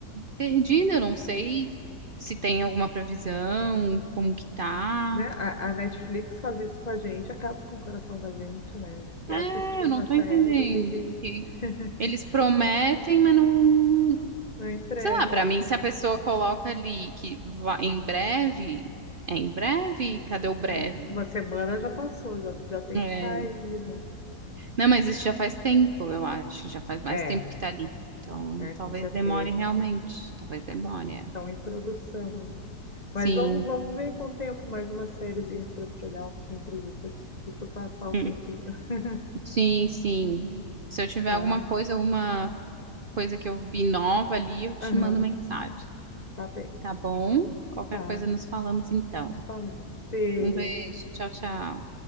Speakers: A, on the right; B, on the left.
A: perdida, eu não sei se tem alguma previsão, como que tá.
B: Né? A, a Netflix faz isso com a gente, acaba com o coração da gente, né? E
A: É,
B: assistir uma
A: eu não tô
B: série
A: entendendo,
B: tem que.
A: porque
B: <laughs>
A: eles prometem, mas não,
B: Não entregam,
A: sei lá, pra
B: né?
A: mim se a pessoa coloca ali que vai em breve, é em breve? Cadê o breve?
B: É, tipo, uma semana já passou, já, já tem
A: É,
B: que estar aí, né?
A: Não, mas isso já faz tempo, eu acho, já faz mais
B: É,
A: tempo que tá ali. Então,
B: é,
A: talvez
B: com certeza.
A: demore realmente, talvez demore. é.
B: Estão em produção ainda. Mas
A: Sim,
B: vamos, vamos ver com o tempo mais umas sériezinhas para te olhar, uns filmes pra gente assistir, para passar o
A: Hum,
B: tempinho. <laughs>
A: sim, sim. Se eu tiver
B: Tá?
A: alguma coisa, alguma coisa que eu vi nova ali, eu te
B: Aham,
A: mando mensagem,
B: tá bem.
A: tá bom? Qualquer
B: Tá.
A: coisa nos falamos então.
B: Nos falamos. Beijo.
A: Um beijo, tchau, tchau.
B: Tchau.